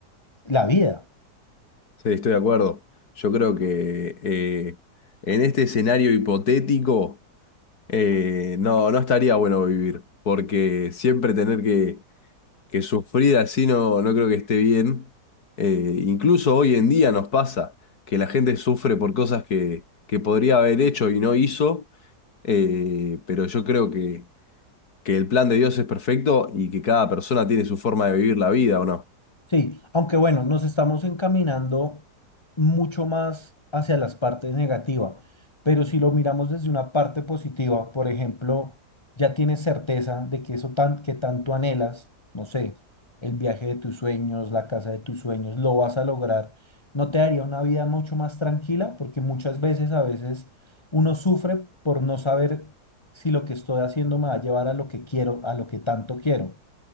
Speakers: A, on the left; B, on the left.
A: la vida.
B: Sí, estoy de acuerdo. Yo creo que eh, en este escenario hipotético eh, no, no estaría bueno vivir, porque siempre tener que, que sufrir así no, no creo que esté bien. Eh, incluso hoy en día nos pasa que la gente sufre por cosas que, que podría haber hecho y no hizo, eh, pero yo creo que, que el plan de Dios es perfecto y que cada persona tiene su forma de vivir la vida, ¿o no?
A: Sí, aunque bueno, nos estamos encaminando mucho más hacia las partes negativas, pero si lo miramos desde una parte positiva, por ejemplo, ya tienes certeza de que eso tan, que tanto anhelas, no sé, el viaje de tus sueños, la casa de tus sueños, lo vas a lograr, ¿no te daría una vida mucho más tranquila? Porque muchas veces, a veces, uno sufre por no saber si lo que estoy haciendo me va a llevar a lo que quiero, a lo que tanto quiero